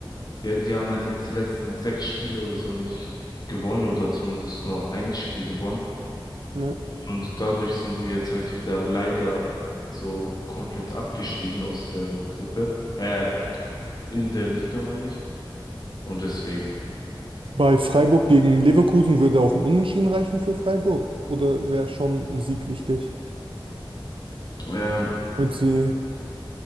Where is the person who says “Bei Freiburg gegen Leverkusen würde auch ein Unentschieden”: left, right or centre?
Right